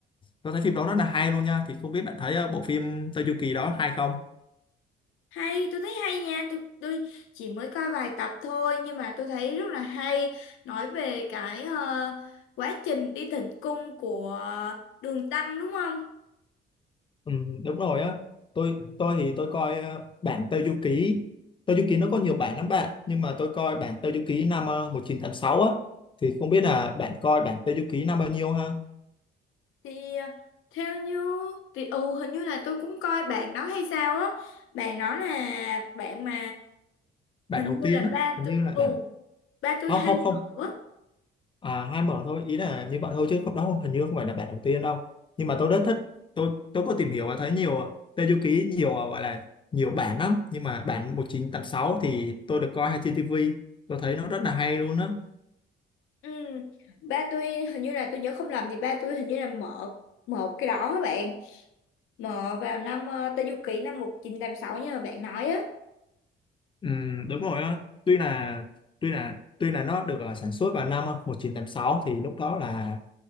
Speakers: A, on the left; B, on the left.
A: tôi thấy phim đó rất là hay luôn nha thì không biết bạn thấy ờ, bộ phim Tây Du Ký đó hay không
B: Hay, tôi thấy hay nha. Tôi, tôi chỉ mới coi vài tập thôi nhưng mà tôi thấy rất là hay. Nói về cái ờ, quá trình đi thỉnh cung của Đường Tăng đúng không?
A: Ừ, đúng rồi á tôi tôi thì tôi coi ờ, bản Tây Du Ký Tây Du Ký nó có nhiều bản lắm bạn nhưng mà tôi coi bản Tây Du Ký năm ờ, 1986 á thì không biết là bạn coi bản Tây Du Ký năm bao nhiêu ha
B: Thì ờ, theo như thì ừ hình như là tôi cũng coi bạn đó hay sao á. Bạn nói là bạn mà
A: bản
B: hình
A: đầu
B: như
A: tiên
B: là
A: á
B: ba
A: hình
B: tôi
A: như là
B: ừ
A: bản
B: ba tôi
A: không
B: hay
A: không không
B: mở
A: à hai mở thôi ý là như vậy thôi chứ không đó hình như không phải là bản đầu tiên đâu nhưng mà tôi rất thích tôi tôi có tìm hiểu và thấy nhiều ờ, Tây Du Ký nhiều ờ, gọi là nhiều bản lắm nhưng mà bản 1986 thì tôi được coi hay trên ti vi, tôi thấy nó rất là hay luôn á
B: Ừ. Ba tôi hình như là tôi nhớ không lầm thì ba tôi hình như là mở một cái đó các bạn mở vào năm ờ, Tây Du Ký năm 1986 như là bạn nói á
A: Ừ, đúng rồi á tuy là tuy là tuy là nó được ờ, sản xuất vào năm ờ, một chín tám sáu thì lúc đó là